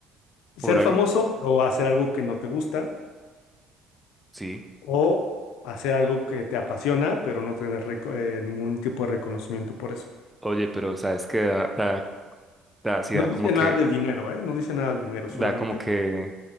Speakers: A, on the left (about 75°); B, in the centre.
A: Ser
B: por algo,
A: famoso, pero hacer algo que no te gusta
B: sí.
A: o hacer algo que te apasiona, pero no tener reco- eh, ningún tipo de reconocimiento por eso.
B: Oye, pero sabes que da, da, da, sí,
A: No
B: da como
A: dice nada
B: que,
A: de dinero, ¿eh? No dice nada del dinero, solamente
B: da como que,